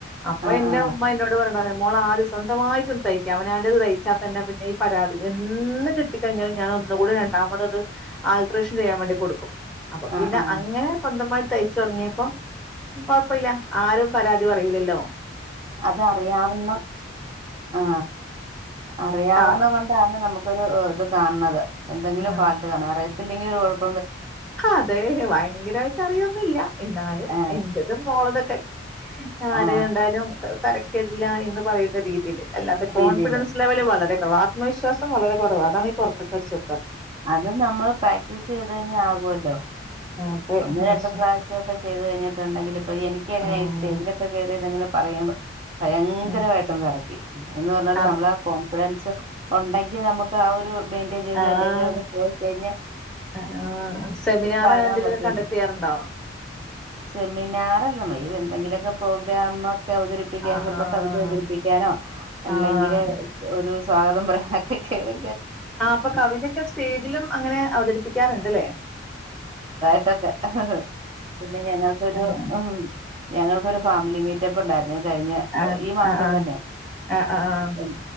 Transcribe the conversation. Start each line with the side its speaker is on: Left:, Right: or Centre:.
Centre: അപ്പൊ
Right: ആ
Centre: എന്റെ
Right: ആ
Centre: ഉമ്മ എന്നോട് പറണതാ മോള് ആദ്യം സ്വന്തമായിട്ടൊന്ന് തയ്ക്ക അവനാന്റത് തയ്ച്ചാൽ തന്നെ പിന്നെ ഈ പരാതി എന്നും കിട്ടിക്കഴിഞ്ഞാൽ ഞാൻ ഒന്നുകൂടി രണ്ടാമത് അത് ആൾട്ട്രേഷൻ ചെയ്യാൻ വേണ്ടി കൊടുക്കും അപ്പൊ
Right: ആ
Centre: പിന്നെ
Right: ആ ആ.
Centre: അങ്ങനെ സ്വന്തമായി് തയ്ച്ചു തുടങ്ങിയപ്പോ കുഴപ്പമില്ല ആരും പരാതി പറയിലല്ലോ
Right: അതറിയാവുന്ന ആ അറിയാവുന്ന
Centre: ആ
Right: കൊണ്ടാണ് നമുക്കൊരു ഇത് കാണത് എന്തെങ്കിലും
Centre: ആ,
Right: ഫാൾട്ട് കാണുഅറിയത്തി <unintelligible> <unintelligible>
Centre: അതെ ഭയങ്കരമായിട്ട് അറിയന്നില്ല എന്നാലും
Right: ആ
Centre: എന്റതും മോളതൊക്കെ ആര്
Right: ആ
Centre: കണ്ടാലും തര <unintelligible> കേടില്ല എന്ന് പറയുന്ന രീതിയിൽ അല്ലാത്ത
Right: രീതിയിൽ
Centre: കോൺഫിഡൻസ് ലെവല് വളരെ ആത്മവിശ്വാസം വളരെ കുറവ അതാണ് ഇ പുത്തുക്കടിച്ചുകൊടുക്കാത്ത
Right: അത് നമ്മള് പ്രാക്ടീസ് ചെയ്ത് കഴിഞ്ഞാൽ ആകുവല്ലോ ല്ലോ
Centre: അതെ
Right: ഒന്ന്
Centre: മോശം.
Right: രണ്ട് പ്രാവശ്യം ഒക്കെ ചെയ്തു കഴിഞ്ഞിട്ടുണ്ടെങ്കിൽ ഇപ്പൊ എനിക്ക് എങ്ങനെ
Centre: ആഹ്
Right: ഈ സ്റ്റേജിലൊക്കെ കയറിത്ങ്ങനെ പറയുമ്പോ ഭയങ്കരമായിട്ടും
Centre: ഉം
Right: വിറക്ക എന്ന് പറഞ്ഞാല്
Centre: അതെ
Right: നമ്മള ആകോണ് ഫിഡൻസ്ഉണ്ടെങ്കി നമുക്ക് ആ ഒരു മെയിന്റയിൻ ചെയ്ത്
Centre: ആഹ്
Right: മെയിന്റയിൻ ചെയ്തൊക്കെ പോയി കഴിഞ്ഞാൽ
Centre: ആഹ് സെമിനാർ
Right: താങ്ങാൻ
Centre: അങ്ങനെ എന്തെലൊക്കെ
Right: പറ്റും
Centre: കണ്ടക്ട് ചെയ്യാറുണ്ടോ?
Right: സെമിനാറല്ലമ്മ എന്തെങ്കിലുമൊക്കെ പ്രോഗ്രാം അവതരിപ്പിക്കാനോ
Centre: ആഹ്
Right: ചിലപ്പോ കവിത അവതരിപ്പിക്കാനോ അല്ലെങ്കില്
Centre: ആഹ്
Right: ഒരു സ്വാഗതം പറയാനൊക്കെ കേറി
Centre: ആ അപ്പൊ കവിതൊക്കെ സ്റ്റേജിലും അങ്ങനെ അവതരിപ്പിക്കാർണ്ട്ലെ
Right: ഇതൊക്കെ പിന്നെ ഞങ്ങൾക്കൊരു
Centre: ആഹ്
Right: ഊമ് ഞങ്ങൾക്കൊരു ഫാമിലി മീറ്റപ്പ് ഉണ്ടായിരുന്നെ കഴിഞ്ഞ
Centre: ആഹ്
Right: ഈ മാസം
Centre: ആഹ്
Right: തന്നെ
Centre: ആഹ് ആഹ്
Right: അപ്പം